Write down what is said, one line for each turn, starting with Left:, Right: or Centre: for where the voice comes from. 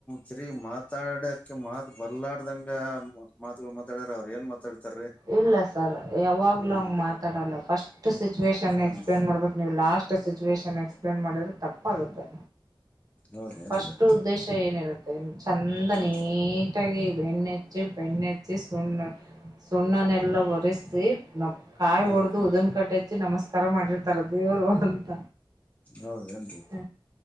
Left: ತಿರುಗಿ ಮಾತಾಡಕೆ ಮಾತು ಬರ್ಲದಂಗ ಮಾತುಗಳು ಮಾತಾಡದ್ರೇ ಅವರು ಏನ್ ಮಾತಾಡ್ತಾರೀ
Right: ಇಲ್ಲ ಸರ್ ಯಾವಾಗ್ಲೂ
Left: ಹ್ಮ್
Right: ಹಂಗ್ ಮಾತಾಡಲ್ಲ ಫಸ್ಟ್ ಸಿಚುವೇಷನ್
Left: ಹ್ಮ್
Right: ಎಕ್ಸಪ್ಲೇನ್ ಮಾಡ್ಬೇಕು ನೀವು last first situation explain ಮಾಡಿದ್ರೆ ತಪ್ಪಾಗುತ್ತೆ
Left: ಹೌದೇನ್ರಿ
Right: ಫಸ್ಟ್ ಉದ್ದೇಶ್ ಏನಿರುತ್ತೆ ಚಂದ
Left: ಹಾ
Right: ನೀಟಾಗಿ ಬೆಣ್ಣೆಚ್ಚಿ ಬೆಣ್ಣೆಚ್ಚಿ ಸುಣ್ಣ್ ಸುಣ್ಣನೆಲ್ಲ ಒರೆಸಿ ನ ಕಾಯಿ
Left: ಹಾ
Right: ಹೊಡೆದು ಉದನ್ ಕಡಿ ಹಚ್ಚಿ ನಮಸ್ಕಾರ ಮಾಡಿರ್ತಾರ ದೇವರು ಅಂತ.
Left: ಹೌದೇನ್ರಿ
Right: ಹ